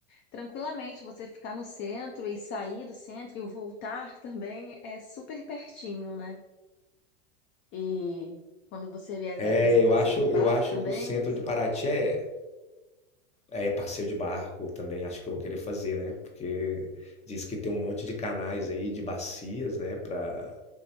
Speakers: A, on the left; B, on the left.
A: tranquilamente você ficar no centro e sair do centro e voltar <laughs> também é super pertinho, né? E quando você vier,
B: É,
A: vai fazer um
B: eu
A: passeio
B: acho,
A: de barco
B: eu acho
A: também.
B: que o centro de Paraty é É, passeio de barco também acho que eu vou querer fazer, né? Porque diz que tem um monte de canais aí, de bacias, né? Pra